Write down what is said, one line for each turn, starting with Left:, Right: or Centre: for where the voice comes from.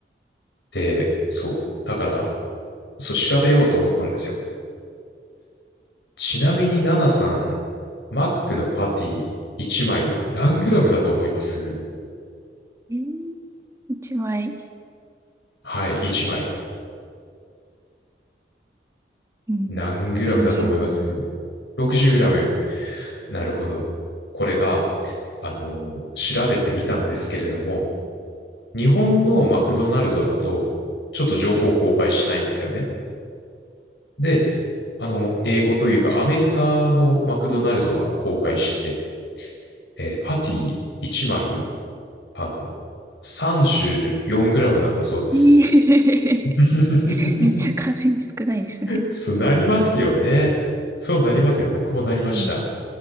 Left: で、そう。だから、そう、調べようと思ったんですよ。ちなみに、ナナさん、マックのパティ1枚何グラムだと思います
Right: えー一枚。
Left: はい、1枚。
Right: うん。
Left: 何グラムだと思います
Right: 60グラム。
Left: ?60 グラム。なるほど。これが、あのー調べてみたんですけれども、日本のマクドナルドだと、ちょっと情報公開してないんですよね。で、あの、英語というか、アメリカのマクドナルドは公開してて、
Right: うん。
Left: えーパティ1枚あの、34グラムなんだそうです。
Right: えー
Left: <laughs>
Right: <laughs> めっちゃ軽い、少ないですね。
Left: そうなりますよね。そうなりますよ。僕もなりました。
Right: うん。